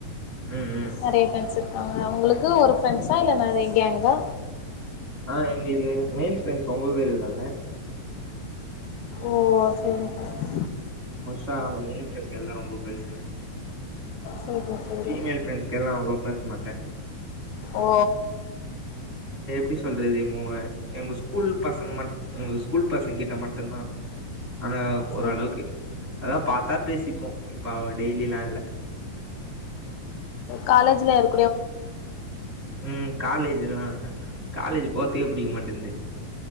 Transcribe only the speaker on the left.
நெறைய ஃப்ரெண்ட்ஸ் இருக்காங்க ஒங்களுக்கு ஒரு ஃப்ரண்ட்ஸா இல்ல நெறைய கேங்கா
ஓ செரி சரி
சரி சரி
ஓ
சரி
<inaudible> காலேஜ்ல இரு